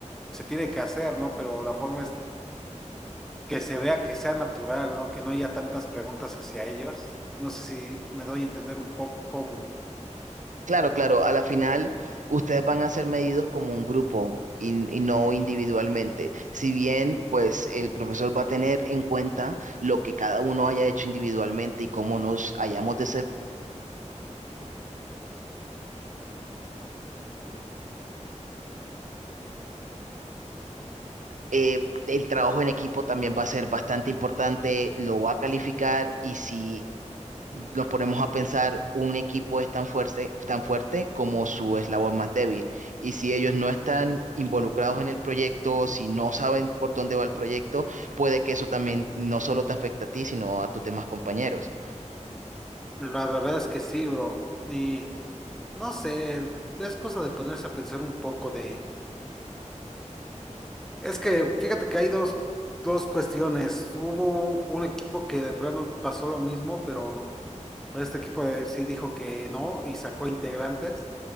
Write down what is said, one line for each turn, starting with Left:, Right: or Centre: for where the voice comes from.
Centre: se tiene que hacer, ¿no? Pero la forma es que se vea que sea natural, ¿no? Que no haya tantas preguntas hacia ellos. No sé si me doy a entender un poco cómo.
Right: Claro, claro, a la final ustedes van a ser medidos como un grupo y, y no individualmente. Si bien, pues el profesor va a tener en cuenta lo que cada uno haya hecho individualmente y cómo nos hayamos de ser, eh, el trabajo en equipo también va a ser bastante importante, lo va a calificar y si nos ponemos a pensar, un equipo es tan fuerte, tan fuerte como su eslabón más débil. Y si ellos no están involucrados en el proyecto, si no saben por dónde va el proyecto, puede que eso también no solo te afecte a ti, sino a tus demás compañeros.
Centre: La verdad es que sí, bro. Y. No sé, es cosa de ponerse a pensar un poco de... Es que fíjate que hay dos, dos cuestiones. Hubo un equipo que de plano pasó lo mismo, pero pues, este equipo eh, sí dijo que no y sacó integrantes.